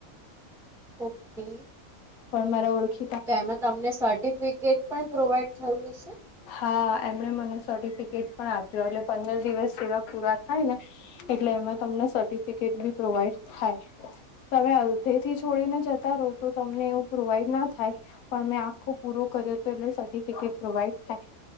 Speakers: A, in the centre; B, on the left (about 80°).
A: ઓકે
B: પણ મારા ઓળખી
A: તો એમાં તમને સર્ટિફિકેટ પણ પ્રોવાઈડ થયું હશે
B: હા એમણે મને સર્ટિફિકેટ પણ આપ્યો એટલે પંદર દિવસ જેવા પૂરા થાય ને એટલે એમાં તમને સર્ટિફિકેટ બી પ્રોવાઈડ થાય તમે અડધેથી છોડીને જતા રહો તો તમને એવું પ્રોવાઈડ ના થાય પણ મેં આખો પૂરો કર્યો હતો એટલે સર્ટિફિકેટ પ્રોવાઈડ થાય